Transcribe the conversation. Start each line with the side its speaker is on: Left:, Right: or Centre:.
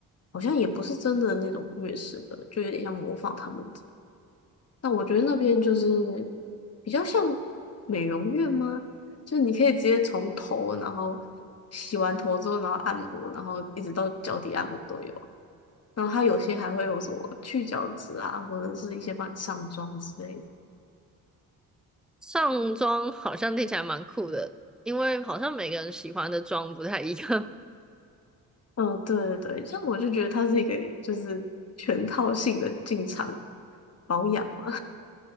Left: 好像也不是真的那种粤式的，就有点像模仿他们这样。但我觉得那边就是比较像美容院吗？就是你可以直接从头，然后洗完头之后，然后按摩，然后一直到脚底按摩都有。然后它有些还会有什么去角质啊，或者是一些帮你上妆之类的。
Centre: 上妆好像听起来蛮酷的，因为好像每个人喜欢的妆不太一样。
Left: 嗯，对对对，这样我就觉得它是一个就是全套性的进场保养嘛。